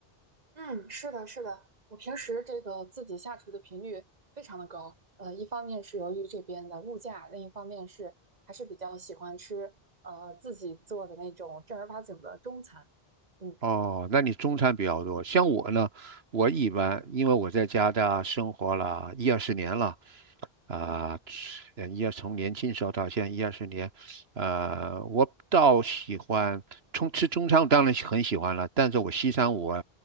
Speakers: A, on the right (about 40°); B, on the right (about 80°).
A: 嗯，是的，是的，我平时这个自己下厨的频率非常的高，呃，一方面是由于这边的物价，另一方面是还是比较喜欢吃呃自己做的那种正儿八经的中餐。嗯。
B: 哦，那你中餐比较多。像我呢，我一般因为我在加拿大生活了一二十年了，啊、
A: 嗯。
B: 呃，一二从年轻时候到现在一二十年，呃，我倒喜欢从吃中餐，我当然喜很喜欢了，但是我西餐我